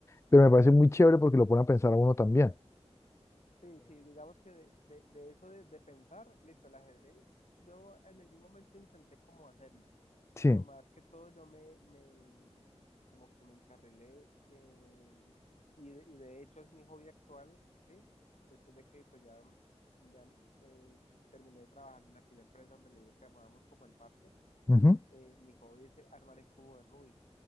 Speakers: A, on the left (about 25°); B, on the left (about 85°).
A: pero me parece muy chévere porque lo pone a pensar a uno también.
B: sí, sí, digamos que de, de, de eso de, de pensar, listo, el ajedrez, yo en algún momento intenté como hacerlo,
A: Sí.
B: pero más que todo yo me, me como que me encarrilé en- y, de, y de hecho es mi hobby actual, ¿sí? Después de que pues ya, ya eh, terminé de trabajar en aquella empresa donde le digo que amábamos como el parte,
A: ujú.
B: eh, mi hobby es armar el cubo de Rubik